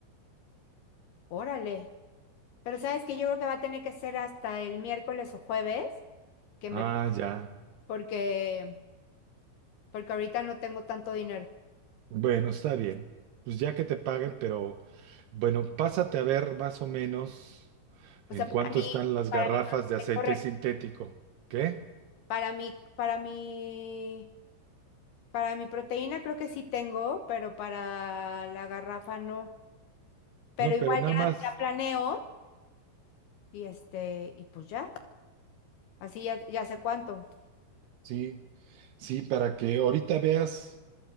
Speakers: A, on the left; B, on the right.
A: Órale. Pero sabes que yo creo que va a tener que ser hasta el miércoles o jueves que
B: Ah,
A: me
B: ya.
A: porque porque ahorita no tengo tanto dinero.
B: Bueno, está bien. Pues ya que te paguen, pero bueno, pásate a ver más o menos. ¿En
A: O sea,
B: cuánto
A: para mí,
B: están las
A: para
B: garrafas
A: mí pro-
B: de aceite
A: es correcto.
B: sintético? ¿Qué?
A: Para mí, para mí, para mi proteína creo que sí tengo, pero para la garrafa no. Pero
B: No,
A: igual
B: pero nada
A: ya,
B: más,
A: ya planeo y este, y pues ya, así ya, ya sé cuánto.
B: sí, sí, para que ahorita veas